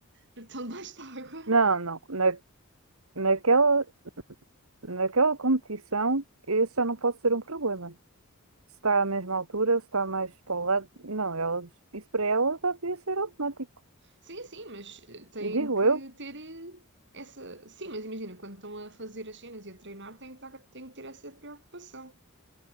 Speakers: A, on the right; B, on the right.
A: porque estão debaixo de água.
B: Não, não. Na, naquela, naquela competição, isso já não pode ser um problema. Se está à mesma altura, se está mais para o lado. Não, elas, isso para elas já devia ser automático.
A: Sim, sim, mas eh, têm
B: Digo
A: que
B: eu.
A: ter eh, essa. Sim, mas imagina, quando estão a fazer as cenas e a treinar, têm que, estar- têm que ter essa preocupação.